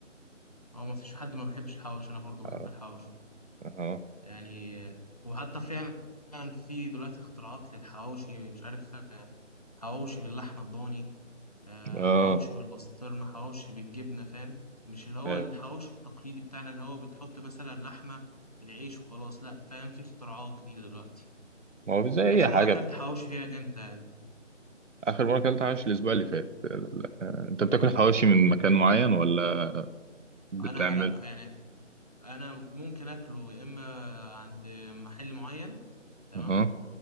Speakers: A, on the left; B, on the right.
A: هو ما فيش حد ما بيحبش الحواوش أنا برضو بحب
B: أه
A: الحواوش
B: أه
A: يعني آه، وحتى فعلا في دلوقتي اختراعات للحواوشي مش عارف آه، حواوشي باللحمة الضاني آه،
B: آه،
A: حواوشي بالبسطرمة حواوشي بالجبنة فاهم مش اللي هو
B: أيوة.
A: الحواوشي التقليدي بتاعنا اللي هو بتحط مثلا لحمة في العيش وخلاص لا فاهم في اختراعات جديدة دلوقتي
B: ما هو زي أي
A: آخر
B: حاجة
A: مرة أكلت حواوشي فيها إمتى؟
B: اخر مره اكلت حواوشي الاسبوع اللي فات ال- آه، انت بتاكل حواوشي من مكان معين ولا بتعمل
A: أنا أنا يعني أنا ممكن أكله يا إما عند محل معين تمام
B: اها